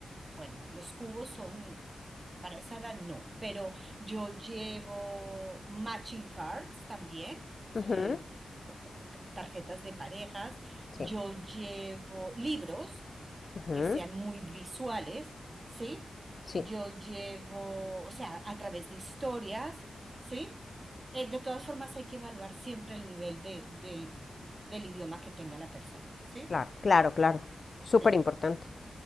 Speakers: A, on the right (about 35°); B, on the left (about 50°).
A: bueno, los cubos son, para esa edad no, pero yo llevo matching cards también,
B: ujú,
A: eh, tarjetas de parejas, yo
B: Sí.
A: llevo libros
B: ujú,
A: que sean muy visuales, ¿sí?
B: Sí.
A: Yo llevo, o sea, a través de historias, ¿sí? Eh, de todas formas, hay que evaluar siempre el nivel de, del, del idioma que tenga la persona, ¿sí?
B: Claro, claro, claro. Súper
A: Sí.
B: importante.